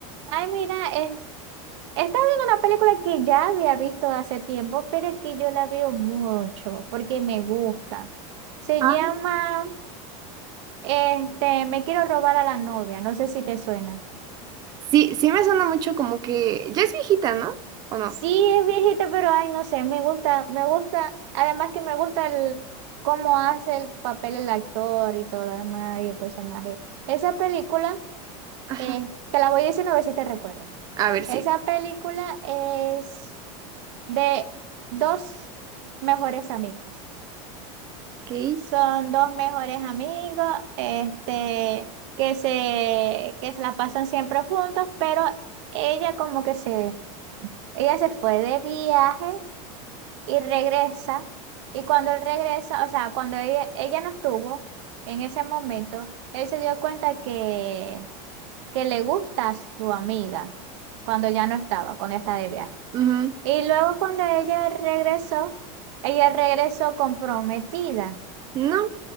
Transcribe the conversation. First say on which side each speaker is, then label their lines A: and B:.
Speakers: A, on the right (about 55°); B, on the right (about 20°).
A: Ay, mira, es, estaba viendo una película que ya había visto hace tiempo, pero es que yo la veo mucho porque me gusta. Se
B: Ah,
A: llama, este, Me quiero robar a la novia, no sé si te suena.
B: sí, sí me suena mucho como que ya es viejita, ¿no? ¿O no?
A: Sí, es viejita, pero ay, no sé, me gusta, me gusta, además que me gusta el cómo hace el papel el actor y todo lo demás y el personaje. Esa película,
B: Ajá.
A: eh, te la voy a decir a ver si te recuerdas.
B: A ver, si.
A: Esa película es de dos mejores amigos.
B: sí.
A: Son dos mejores amigos, este, que se, que se la pasan siempre juntos, pero ella como que se, ella se fue de viaje y regresa. Y cuando él regresa, o sea, cuando ella, ella no estuvo en ese momento, él se dio cuenta que, que le gusta a su amiga cuando ya no estaba, cuando está de viaje.
B: Ok. Ujú.
A: Y luego cuando ella regresó, ella regresó comprometida
B: No.